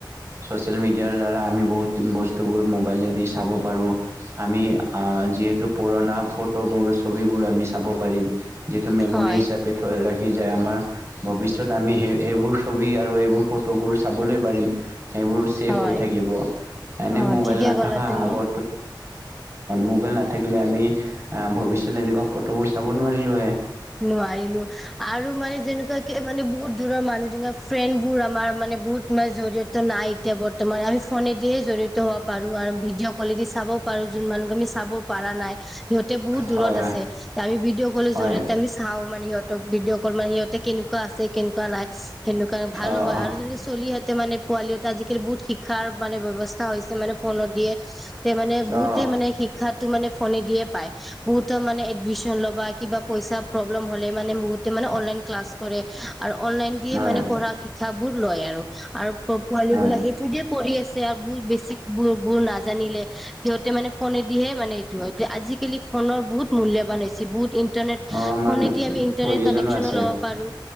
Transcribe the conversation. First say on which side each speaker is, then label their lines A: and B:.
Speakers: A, on the right; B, in the centre.
A: চচিয়েল মিডিয়াৰ দ্বাৰা আমি বহুত বস্তু টোবোৰ মোবাইলে দি চাব পাৰোঁ আমি যিহেতু পুৰণা ফটোবোৰ ছবিবোৰ আমি চাব পাৰিম। যিটো মেম'ৰ
B: হয়
A: হিচাপে ৰাখি যে আমাৰ ভৱিষ্যত আমি সেই এইবোৰ ছবি আৰু এইবোৰ ফটোবোৰ চাবলৈ পাৰিম। সেইবোৰ চেভ
B: হয়
A: হৈ থাকিব এনেই
B: অ
A: মোবাইল
B: ঠিকে
A: নাথাকা
B: ক'লা তুমি
A: আগো মোবাইল না থাকিলে আমি ভৱিষ্যত তেনেকুৱা ফটোবোৰ চাব নোৱাৰিলো হয়ে
B: নোৱাৰিলো আৰু মানে যেনেকুৱাকে মানে বহুত দূৰৰ মানুহ ফ্ৰেণ্ড বোৰ আমাৰ মানে বহুত ম জৰিয়তে নাই এতিয়া বৰ্তমান আমি ফোনেদিয়ে জড়িত হবাৰো আৰু ভিডিঅ' কোৱালিটি চাব পাৰো যোন মানুহক আমি চাব পৰা নাই। সিহঁতে বহুত দূৰত
A: হয় হয়
B: আছে আমি ভিডিঅ' কলৰ
A: হয়
B: জৰিয়তে আমি চাও মানে সিহঁতক ভিডিঅ' কল মানে সিহঁতে কেনেকুৱা আছে কেনেকুৱা নাই। সেনেকুৱা ভালো
A: অ
B: হয়
A: অ
B: আৰু যেনেকে চলিহঁতে মানে পোৱালিতে আজিকালি বহুত শিক্ষাৰ মানে ব্যৱস্থা হৈছে মানে ফোনত দিয়ে তে মানে বহুতে
A: অ
B: মানে শিক্ষাটো মানে ফোনেদিয়ে পায়। বহুতৰ মানে এড ল'বা কিবা পইচা প্ৰব্লেম হলে মানে বহুতে মানে অনলাইন ক্লাছ কৰে। আৰু অনলাইন দিয়ে
A: হয়
B: মানে পঢ়া শিক্ষাবোৰ লয় আৰু, আৰু অ' পোৱালি
A: হয়
B: বিলাক সেইটো দিয়ে পঢ়ি আছে। বহুত বছি বোৰ, বোৰ নাজানিলে সিহঁত মানে ফোনেদিহে মানে এইটো হয়। আজিকালি ফোনৰ বহুত মূল্যবান হৈছে। বহুত ইণ্টাৰনেট
A: অ মানুহ
B: ফোনেদি আমি ইন্টাৰনেট
A: প্ৰয়োজনো
B: কানেকচনো
A: আছে
B: ল'ব পাৰো।